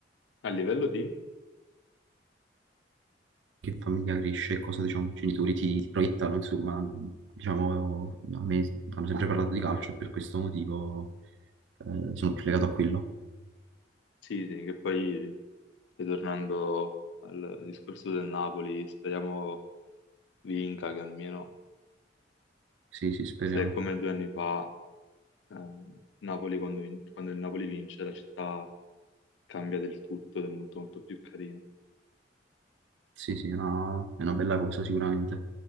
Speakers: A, on the left (about 80°); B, on the right (about 80°).
A: A livello di...
B: che famiglia cresce e cosa diciamo i genitori ti, ti proiettano, insomma, diciamo, a me hanno sempre parlato di calcio e per questo motivo eh, sono più legato a quello.
A: Sì, sì, che poi, ritornando al discorso del Napoli, speriamo vinca, che almeno
B: Sì, sì, speriamo.
A: se è come due anni fa, eh, Napoli, quando, vin- quando il Napoli vince, la città cambia del tutto ed è molto molto più carina.
B: Sì, sì, è una, è una bella cosa sicuramente.